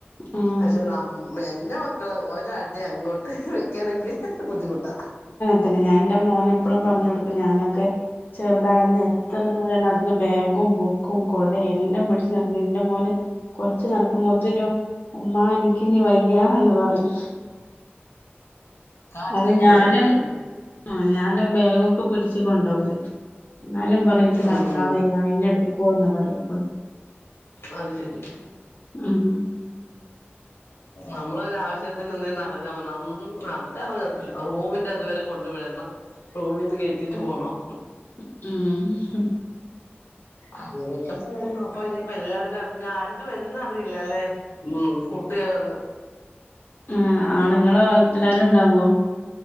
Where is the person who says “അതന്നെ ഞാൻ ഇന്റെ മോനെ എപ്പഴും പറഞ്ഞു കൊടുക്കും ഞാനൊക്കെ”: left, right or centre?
Left